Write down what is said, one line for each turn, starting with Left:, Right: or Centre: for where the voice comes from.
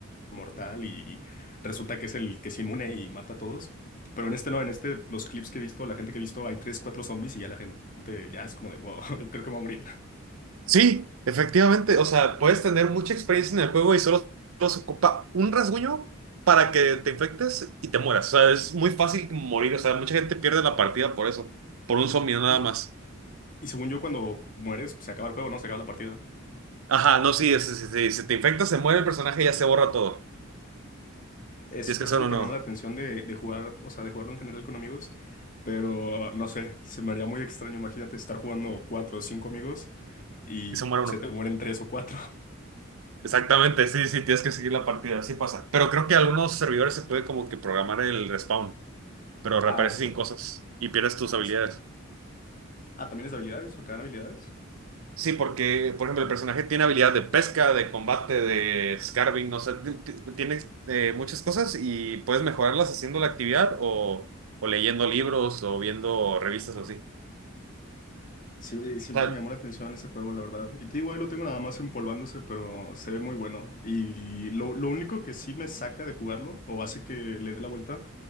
Left: inmortal y resulta que es el que es inmune y mata a todos. Pero en este no, en este, los clips que he visto, la gente que he visto, hay 3 4 zombies y ya la gente ya es como de, wow, <laughs> creo que me voy a morir.
Right: Sí, efectivamente. O sea, puedes tener mucha experiencia en el juego y solo, solo se ocupa un rasguño para que te infectes y te mueras. O sea, es muy fácil morir. O sea, mucha gente pierde la partida por eso. Por un zombie no nada
Left: Y,
Right: más.
Left: Y según yo, cuando mueres, pues, se acaba el juego, ¿no? Se acaba la partida.
Right: Ajá, no, sí, sí, sí, sí. Si te infectas, se muere el personaje y ya se borra todo.
Left: Es-
Right: Tienes
Left: eso
Right: que hacer
Left: es lo
Right: uno
Left: que
Right: nuevo.
Left: me llama la atención de, de jugar, o sea, de jugarlo en general con amigos. Pero no sé, se me haría muy extraño. Imagínate estar jugando cuatro o cinco amigos y
Right: Y se muere
Left: se
Right: uno.
Left: te mueren tres o cuatro. <laughs>
Right: Exactamente, sí, sí, tienes que seguir la partida. Así pasa. Pero creo que algunos servidores se puede como que programar el respawn, pero
Left: Ah,
Right: reaparece
Left: eso.
Right: sin cosas y pierdes tus
Left: Ah,
Right: habilidades.
Left: eso. Ah, ¿también es de habilidades o te dan habilidades?
Right: Sí, porque, por ejemplo, el personaje tiene habilidad de pesca, de combate, de scarving, no sé, ti- ti- tiene eh, muchas cosas y puedes mejorarlas haciendo la actividad o, o leyendo libros o viendo revistas o así.
Left: Sí,
Right: O
Left: siempre
Right: sea,
Left: me llamó la atención ese juego, la verdad. Y te digo, ahí lo tengo nada más empolvándose, pero se ve muy bueno. Y, lo, lo único que sí me saca de jugarlo, o hace que le dé la vuelta,